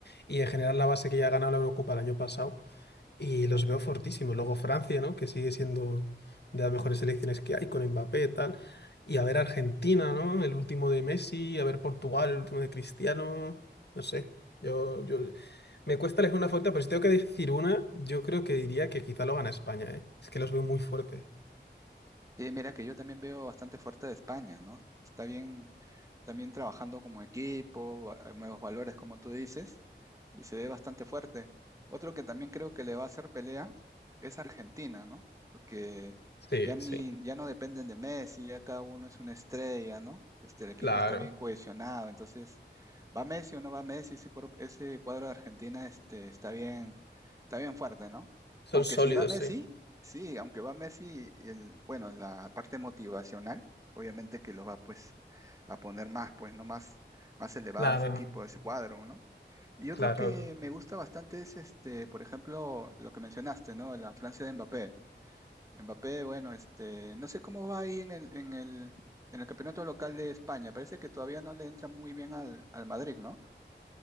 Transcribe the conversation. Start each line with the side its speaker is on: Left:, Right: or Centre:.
Left: y en general la base que ya ha ganado la Eurocopa el año pasado. Y los veo fortísimos. Luego Francia, ¿no? Que sigue siendo de las mejores selecciones que hay, con Mbappé y tal. Y a ver Argentina, ¿no? El último de Messi, a ver Portugal, el último de Cristiano. No sé. Yo, yo... Me cuesta elegir una fuerte, pero si tengo que decir una, yo creo que diría que quizá lo gana España, ¿eh? Es que los veo muy fuertes.
Right: Y mira que yo también veo bastante fuerte de España, ¿no? Está bien, también trabajando como equipo, va- hay nuevos valores, como tú dices, y se ve bastante fuerte. Otro que también creo que le va a hacer pelea es Argentina, ¿no? Porque
Left: Sí,
Right: ya ni,
Left: sí,
Right: ya no dependen de Messi, ya cada uno es una estrella, ¿no? Este, el equipo
Left: claro.
Right: está bien cohesionado, entonces, ¿va Messi o no va Messi? Ese, cuerpo- ese cuadro de Argentina, este, está bien, está bien fuerte, ¿no?
Left: Son
Right: Aunque
Left: sólidos,
Right: si va Messi,
Left: sí.
Right: sí, aunque va Messi, el, bueno, la parte motivacional, obviamente que lo va, pues a poner más, pues, ¿no? Más, más elevado
Left: Claro,
Right: ese equipo, ese cuadro, ¿no? Y
Left: claro.
Right: otro que me gusta bastante es, este, por ejemplo, lo que mencionaste, ¿no? La Francia de Mbappé. Mbappé, bueno, este, no sé cómo va ahí en el, en el, en el campeonato local de España. Parece que todavía no le entra muy bien al, al Madrid, ¿no?